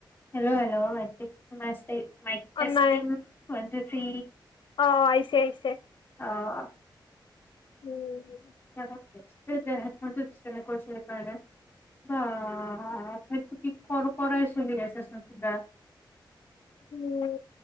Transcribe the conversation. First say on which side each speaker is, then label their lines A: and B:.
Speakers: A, on the left; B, on the left.
A: হেল্ল' হেল্ল' মাক মাইক টেষ্টিং, মাইক টেষ্টিং,
B: অ নাই
A: ওৱান টু থ্ৰি।
B: অ', অ', আহিছে, আহিছে।
A: অ'।
B: উম।
A: এই দে হাতখনতোনে কৰিছিল সেইকাৰণে বা সটো কি কৰ কৰাই চলি আছোচোন কিবা।
B: উম,